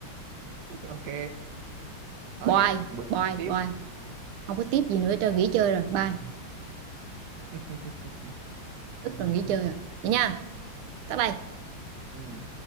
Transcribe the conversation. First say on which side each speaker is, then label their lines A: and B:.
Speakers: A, on the right; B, on the right.
A: ok nói
B: bye
A: hẹn bữa
B: bye
A: tiếp
B: bye không có tiếp gì nữa cho nghỉ chơi rồi bye
A: <laughs>
B: tức là nghỉ chơi rồi vậy nha tắt đây
A: Ừ.